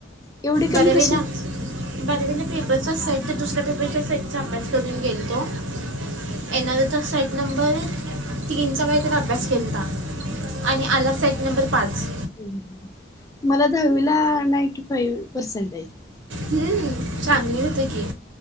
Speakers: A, on the left; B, on the right.
A: एवढी कमी
B: बारावी
A: कशी
B: ला बारावीला पेपर च सेट दुसर्‍या पेपरच्या सेट चा अभ्यास करून गेलतो येणार होता सेट नंबर तीन चा काय अभ्यास केलता आणि आला सेट नंबर पाच
A: हम मला दहावीला नाईंटी फाईव पर्सेंट येतं
B: हम्म चांगले होते की